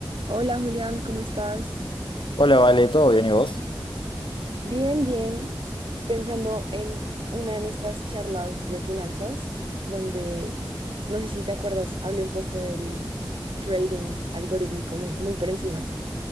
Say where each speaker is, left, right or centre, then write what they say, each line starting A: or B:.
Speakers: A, on the right; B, on the left.
A: Hola Julián, ¿cómo estás?
B: Hola, Vale, ¿todo bien y vos?
A: Bien, bien. Pensando en una de nuestras charlas de finanzas, donde, no sé si te acuerdas, hablé un poco del trading algorítmico muy, muy por encima.